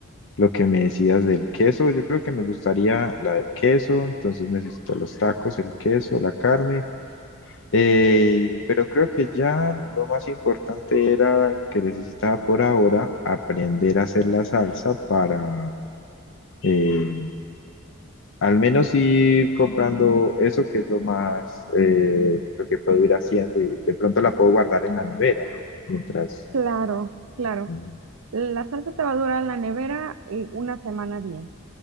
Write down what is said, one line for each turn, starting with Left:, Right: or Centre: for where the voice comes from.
Left: Lo que me decías del queso, yo creo que me gustaría la del queso, entonces necesito los tacos, el queso, la carne, eh, pero creo que ya lo más importante era que necesitaba por ahora aprender a hacer la salsa para eh, al menos ir comprando eso que es lo más, eh, lo que puedo ir haciendo y de pronto la puedo guardar en la nevera, ¿no? Mientras,
Right: Claro, claro.
Left: mm,
Right: La salsa te va a durar en la nevera eh, una semana bien.